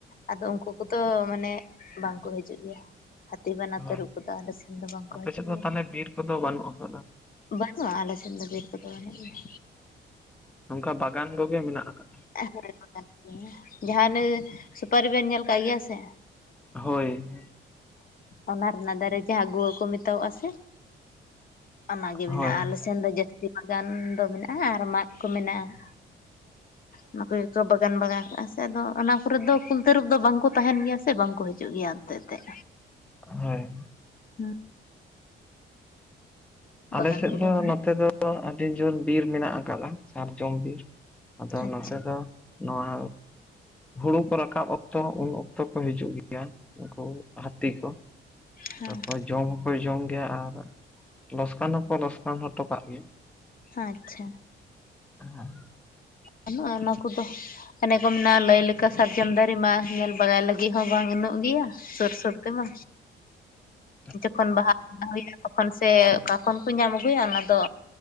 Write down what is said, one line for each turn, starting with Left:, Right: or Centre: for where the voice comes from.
Left: ᱟᱫᱚ ᱩᱱᱠᱩ ᱠᱚᱫᱚ ᱢᱟᱱᱮ ᱵᱟᱝᱠᱚ ᱦᱤᱡᱩᱜ ᱜᱮᱭᱟ᱾ ᱦᱟᱹᱛᱤ ᱵᱟᱱᱟ
Centre: ᱦᱳᱭ
Left: ᱛᱟᱹᱨᱩᱵ ᱠᱚᱫᱚ ᱟᱞᱮ ᱥᱮᱱ ᱫᱚ ᱵᱟᱝᱠᱚ
Centre: ᱟᱯᱮ
Left: ᱦᱤᱡᱩᱜ
Centre: ᱥᱮᱫ ᱫᱚ
Left: ᱜᱮᱭᱟ᱾
Centre: ᱛᱟᱦᱚᱞᱮ ᱵᱤᱨ ᱠᱚᱫᱚ ᱵᱟᱹᱱᱩᱜ ᱟᱠᱟᱫᱟ
Left: ᱵᱟᱹᱱᱩᱜᱼᱟ ᱟᱞᱮ ᱥᱮᱱ ᱫᱚ ᱵᱤᱨ ᱠᱚᱫᱚ ᱵᱟᱹᱱᱩᱜ ᱜᱮᱭᱟ᱾
Centre: ᱱᱚᱝᱠᱟ ᱵᱟᱜᱟᱱ ᱠᱚᱜᱮ ᱢᱮᱱᱟᱜ ᱟᱠᱟᱫᱟ᱾
Left: <unintelligible> ᱦᱮ ᱡᱟᱦᱟᱸᱱᱟᱜ ᱥᱩᱯᱟᱨᱤᱵᱮᱱ ᱧᱮᱞ ᱠᱟᱜ ᱜᱮᱭᱟ ᱥᱮ
Centre: ᱦᱳᱭ
Left: ᱚᱱᱟ ᱨᱮᱱᱟᱜ ᱫᱟᱨᱮ ᱡᱟᱦᱟᱸ ᱜᱩᱣᱟᱹ ᱠᱚ ᱢᱮᱛᱟᱣᱟᱜ ᱟ ᱥᱮ ᱚᱱᱟᱜᱮ
Centre: ᱦᱳᱭ
Left: ᱢᱮᱱᱟᱜᱼᱟ ᱟᱞᱮ ᱥᱮᱱ ᱫᱚ ᱡᱟᱹᱥᱛᱤ ᱵᱟᱜᱟᱱ ᱫᱚ ᱢᱮᱱᱟᱜᱼᱟ ᱟᱨ ᱢᱟᱫ ᱠᱚ ᱢᱮᱱᱟᱜᱼᱟ᱾
Centre: <inaudible>
Left: ᱚᱱᱟ ᱠᱚᱜᱮᱠᱚ ᱵᱟᱜᱟᱱ ᱵᱟᱜᱟᱣ ᱠᱟᱜᱼᱟ ᱥᱮ ᱟᱫᱚ ᱚᱱᱟ ᱠᱚᱨᱮ ᱫᱚ ᱠᱩᱞ ᱛᱟᱹᱨᱩᱵ ᱫᱚ ᱵᱟᱝᱠᱚ ᱛᱟᱦᱮᱱ ᱜᱮᱭᱟ ᱥᱮ ᱵᱟᱝᱠᱚ ᱦᱤᱡᱩᱜ ᱜᱮᱭᱟ ᱮᱱᱛᱮᱫ᱾ <unintelligible>
Centre: ᱦᱳᱭ
Left: <inaudible>
Centre: ᱟᱞᱮ
Left: ᱵᱟᱜᱟᱱ
Centre: ᱥᱮᱫ
Left: ᱠᱚᱜᱮ
Centre: ᱫᱚ
Left: ᱢᱮᱱᱟᱜᱼᱟ
Centre: ᱱᱚᱛᱮ ᱫᱚ ᱟᱹᱰᱤ ᱡᱳᱨ ᱵᱤᱨ ᱢᱮᱱᱟᱜ ᱟᱠᱟᱫᱟ ᱥᱟᱨᱡᱚᱢ ᱵᱤᱨ ᱟᱫᱚ
Left: ᱟᱪᱪᱷᱟ
Centre: ᱱᱚᱛᱮ ᱫᱚᱼᱼ ᱱᱚᱣᱟ ᱦᱩᱲᱩ ᱠᱚ ᱨᱟᱠᱟᱵ ᱚᱠᱛᱚ ᱩᱱ ᱚᱠᱛᱚ ᱠᱚ ᱦᱤᱡᱩᱜ ᱜᱮᱭᱟ᱾ ᱩᱱᱠᱩ ᱦᱟᱹᱛᱤ ᱠᱚ
Left: ᱦᱮᱸ
Centre: ᱛᱟᱯᱚᱨ ᱡᱚᱢ ᱦᱚᱸ ᱠᱚ ᱡᱚᱢ ᱜᱮᱭᱟ ᱟᱨᱼᱼ ᱞᱚᱥᱠᱟᱱ ᱦᱚᱸᱠᱚ ᱞᱚᱥᱠᱟᱱ ᱦᱚᱴᱚ ᱠᱟᱜ ᱜᱮᱭᱟ᱾
Left: ᱟᱪᱪᱷᱟ᱾
Centre: ᱚ
Left: ᱵᱟᱹᱱᱩᱜᱼᱟ ᱚᱱᱟ ᱠᱚᱫᱚ, ᱮᱚᱱᱮ ᱠᱚ ᱢᱮᱱᱟᱜᱼᱟ ᱞᱟᱹᱭ ᱞᱮᱠᱟ ᱥᱟᱨᱡᱚᱢ ᱫᱟᱨᱮ ᱢᱟ ᱧᱮᱞ ᱵᱟᱲᱟᱭ ᱞᱟᱹᱜᱤᱫ ᱦᱚᱸ ᱵᱟᱝ ᱩᱚᱜ ᱜᱮᱭᱟ? ᱥᱩᱨ ᱥᱩᱨ ᱛᱮᱢᱟ
Centre: <inaudible>
Left: ᱡᱚᱠᱷᱚᱱ ᱵᱟᱦᱟ ᱵᱚᱸᱭᱟ ᱛᱚᱠᱷᱚᱱ ᱥᱮ ᱚᱠᱟ ᱠᱷᱚᱱ ᱠᱚ ᱧᱟᱢ ᱟᱹᱜᱩᱭᱟ ᱚᱱᱟ ᱫᱚᱼᱼ